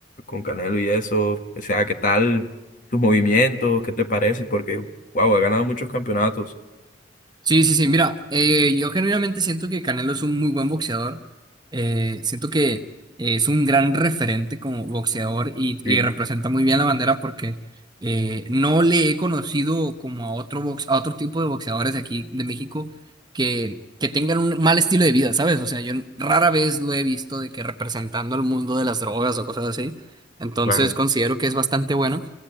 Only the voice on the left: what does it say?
con Canelo y eso, o sea, ¿qué tal? tus movimientos, qué te parece, porque, wow, ha ganado muchos campeonatos.
Sí,
claro.